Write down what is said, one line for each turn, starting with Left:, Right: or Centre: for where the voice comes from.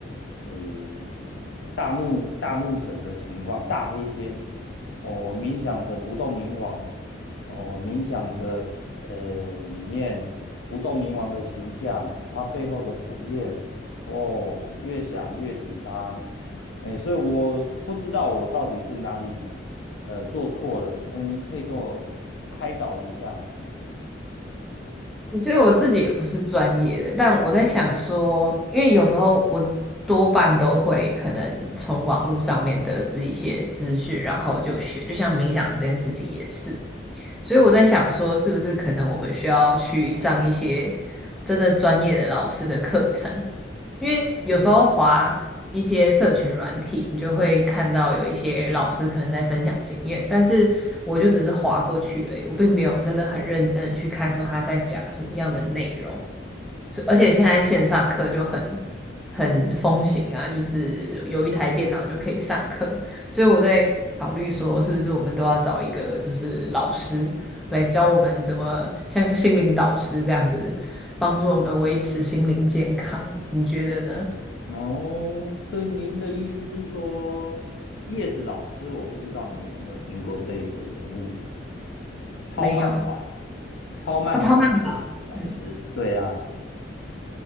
Left: 诶，大怒大怒神的情况，大黑天，哦，我冥想着不动明王，哦，冥想着，呃，里面不动明王的形象，它背后的火焰，哦，越想越紧张。哎，所以我不知道我到底是哪里呃做错了，嗯、您可以跟我开导一下吗？
Centre: 我觉得我自己也不是专业的，但我在想说，因为有时候我多半都会可能从网络上面得知一些资讯，然后就学，就像冥想这件事情也是。所以我在想说，是不是可能我们需要去上一些真的专业的老师的课程？因为有时候划一些社群软体，你就会看到有一些老师可能在分享经验，但是我就只是划过去而已，我并没有真的很认真的去看说他在讲什么样的内容。是而且现在线上课就很很风行啊，就是有一台电脑就可以上课，所以我在考虑说，是不是我们都要找一个就是老师来教我们怎么像心灵导师这样子，帮助我们维持心灵健康，你觉得呢？
Left: 哦，所以您的意思是说，叶子老师，我不知道你有没有听过这个人物呢？超慢跑，
Centre: 没有，
Left: 超慢跑叶子老师，
Centre: 啊，超慢跑，嗯，
Left: 对呀、